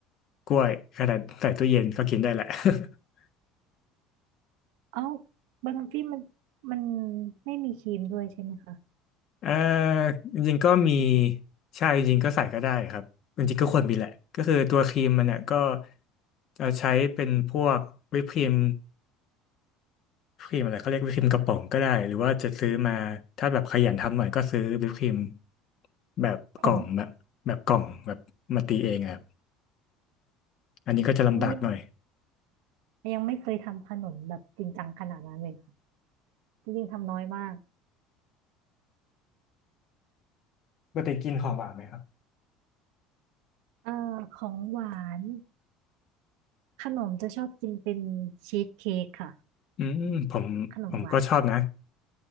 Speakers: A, on the left; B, on the right.
A: กล้วยขนาดใส่ตู้เย็นก็กินได้แหละ <laughs>
B: เอ้าบาร์ฟี่มันมันไม่มีครีมด้วยใช่ไหมคะ
A: เอ่อจริงๆก็มีใช่จริงๆก็ใส่ก็ได้ครับจริงๆก็ควรมีแหละก็คือตัวครีมมันเนี่ยก็จะใช้เป็นพวกวิปครีมครีมอะไรเขาเรียกวิปครีมกระป๋องก็ได้หรือว่าจะซื้อมาถ้าแบบขยันทำหน่อยก็ซื้อวิปครีมแบบกล่องแบบแบบกล่องแบบมาตีเองอะครับ
B: ผง
A: อันนี้ก็จะลำบากหน่อย
B: นี่ยังยังไม่เคยทำขนมแบบจริงจังขนาดนั้นเลยค่ะจริงๆทำน้อยมาก
A: ปกติกินของหวานไหมครับ
B: เอ่อของหวานขนมจะชอบกินเป็นชีสเค้กค่ะ
A: อืมผมผมก็ชอบนะ
B: ขนมหวาน